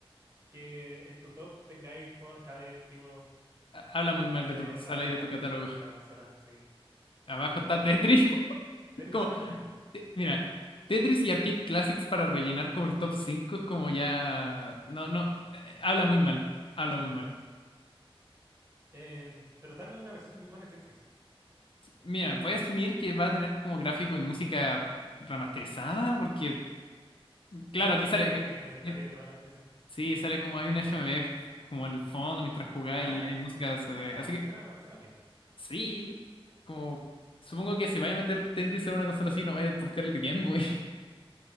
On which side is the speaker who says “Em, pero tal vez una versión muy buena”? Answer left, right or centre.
Right